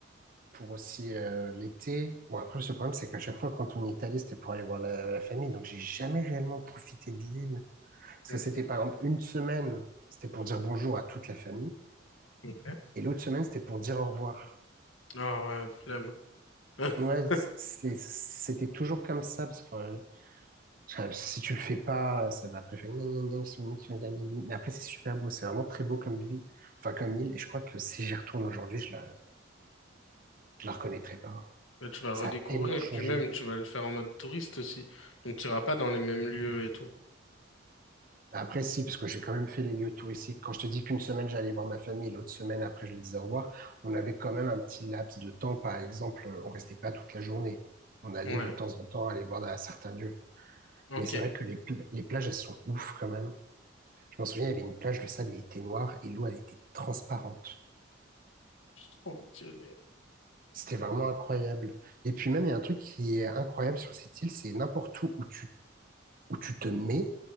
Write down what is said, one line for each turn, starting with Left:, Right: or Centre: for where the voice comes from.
Right: pour aussi euh, l'été. Bon, après, le problème, c'est qu'à chaque fois, quand on est allé, c'était pour aller voir la, la famille. Donc, j'ai jamais réellement profité de l'île. Parce
Left: Ouais,
Right: que c'était,
Left: t'es-
Right: par exemple, une semaine, c'était pour dire bonjour à toute la famille.
Left: Ok.
Right: Et l'autre semaine, c'était pour dire au revoir.
Left: Ah ouais, flemme. <laughs>
Right: Ouais, c'est- c'était toujours comme ça. Parce que, euh, parce que si tu le fais pas, ça va après faire gna gna gna, ils sont nuls, ils sont nuls. Mais après, c'est super beau. C'est vraiment très beau comme ville. Enfin, comme île. Et je crois que si j'y retourne aujourd'hui, je la, je la reconnaîtrai pas.
Left: Mais tu vas
Right: Ça
Left: redécouvrir,
Right: a tellement changé.
Left: puis même tu vas le faire en mode touriste aussi. Donc tu iras pas dans les mêmes lieux et tout.
Right: Après, si, parce que j'ai quand même fait les lieux touristiques. Quand je te dis qu'une semaine, j'allais voir ma famille, l'autre semaine, après, je lui disais au revoir, on avait quand même un petit laps de temps. Par exemple, euh, on restait pas toute la journée. On allait
Left: Ouais,
Right: de temps en temps aller voir à certains lieux.
Left: ok.
Right: Mais c'est vrai que les, pl- les plages, elles sont ouf quand même. Je m'en souviens, il y avait une plage, le sable, il était noir et l'eau, elle était transparente.
Left: C'est trop stylé.
Right: C'était vraiment incroyable. Et puis même, il y a un truc qui est incroyable sur cette île, c'est n'importe où où tu, où tu te mets,